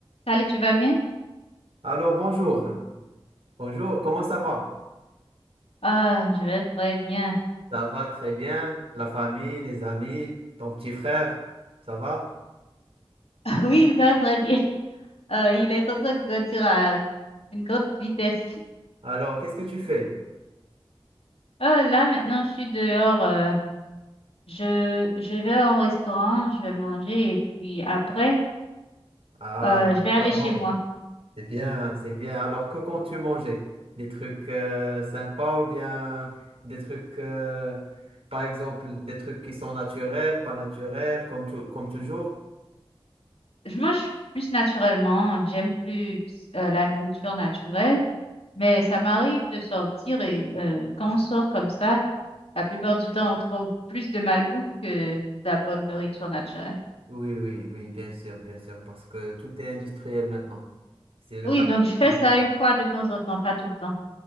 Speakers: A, on the left; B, on the right.
A: Salut, tu vas bien?
B: Alors, bonjour. Bonjour, comment ça va?
A: Ah, je vais très bien.
B: Ça va très bien. La famille, les amis, ton petit frère, ça va?
A: <laughs> Oui, il va très bien. <laughs> Euh, il est en train de grandir à une grande vitesse.
B: Alors, qu'est-ce que tu fais?
A: Euh, là, maintenant, je suis dehors. euh, je, je vais au restaurant, je vais manger et puis après,
B: Ah,
A: euh, je
B: oui,
A: vais aller
B: ça va.
A: chez moi.
B: C'est bien, c'est bien. Alors, que comptes-tu manger? Des trucs euh, sympas ou bien des trucs, euh, par exemple, des trucs qui sont naturels, pas naturels, comme, tou- comme toujours?
A: Je mange plus naturellement. J'aime plus euh, la nourriture naturelle, mais ça m'arrive de sortir et euh, quand on sort comme ça, la plupart du temps, on trouve plus de malbouffe que de la bonne nourriture naturelle.
B: Oui, oui, oui, bien sûr, bien sûr, parce que tout est industriel maintenant. C'est le
A: Oui,
B: capitalisme.
A: donc je fais ça une fois de temps en temps, pas tout le temps.